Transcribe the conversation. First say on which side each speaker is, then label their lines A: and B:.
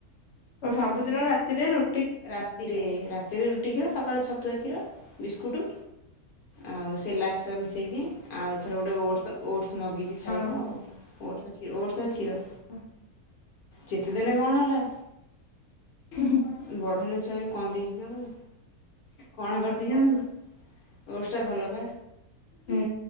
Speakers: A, on the left; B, on the left.
A: ସେ ସବୁଦିନ ରାତିରେ ରୁ
B: ରାତିରେ ରା ତିରେ ରୁଟି କ୍ଷୀର ସକାଳେ ଛତୁଆ କ୍ଷୀର ବିସ୍କୁଟ ଆଉ ସେରଲକ୍ସ୍ ମିସ୍ ସେଇ ଦିଏ ଆଉ ଏଥର ଗୋଟେ ଓଟ୍ସ ଓଟ୍ସ୍ ମଗେଇଚି ଖାଇବ
A: ହଁ
B: ଆଉ ଓଟ୍ସ ଖିର ଓଟ୍ସ ଆଉ କ୍ଷୀର।
A: <inaudible>
B: ଯେତେ ଦେନେ କଁ ହେଲା
A: ହୁଁ ହୁଁ
B: ବଢ଼ୁନେଇ ଛୁଆ ବି କଁ ଦେଇଚି କି ମୁ କଣ କରିଚି କେଣି। ଓଡ୍ସଟା ଭଲ ପା।
A: ହୁଁ